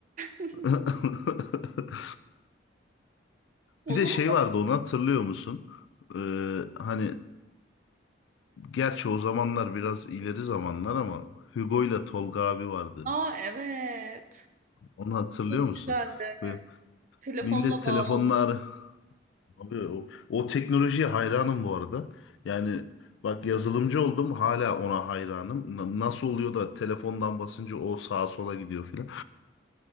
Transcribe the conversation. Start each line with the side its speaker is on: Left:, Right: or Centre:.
Right: <laughs>
Left: <laughs>
Right: O
Left: Bir
Right: zaman
Left: de şey vardı onu hatırlıyor musun? Ee, hani Gerçi o zamanlar biraz ileri zamanlar ama Hugo ile Tolga abi vardı.
Right: aa evet.
Left: Onu hatırlıyor
Right: Çok
Left: musun?
Right: güzeldi.
Left: Ve
Right: Telefonla
Left: millet telefonlar
Right: bağladım.
Left: abi o, o teknolojiye hayranım bu arada. Yani bak yazılımcı oldum hala ona hayranım. Na- nasıl oluyor da telefondan basınca o sağa sola gidiyor filan.